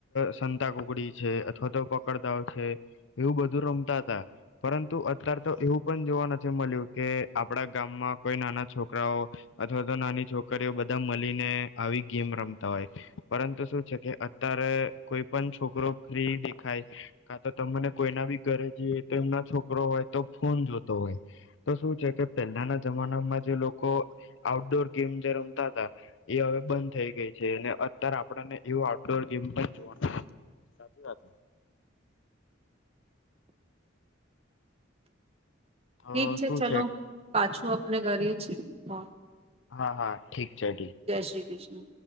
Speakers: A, on the left; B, on the right.
A: સંતાકુગડી છે અથવા તો પકડદાવ છે એવું બધું રમતા હતા પરંતુ અત્ય્યારે તો એવું પણ જોવા નથી મળ્યું કે આપણા ગામમાં કોઈ નાના છોકરાઓ અથવા તો નાની છોકરીઓ બધા મળીને આવી ગેમ રમતા હોય પરંતુ શું કે અત્યારે કોઈ પણ છોકરો ફ્રી દેખાય કા તો તને કોઈના બી ઘરે જઈએ તો એમના છોકરો હોય તો ફોન જોતો હોય તો શું છે કે પહેલાના જમાનામાં જે લોકો આઉટડોર ગેમ જે રમતા હતા એ હવે બંધ થઈ ગઈ છે અને અત્યારે આપણને એવું આઉટડોર ગેમ પણ જોવાનું સાચી વાત તો
B: ઠીક છે
A: શું
B: ચલો પાછું આપને ગાડીએ છે હ
A: હા હા ઠીક છે ઠીક છે
B: શ્રી કૃષ્ણ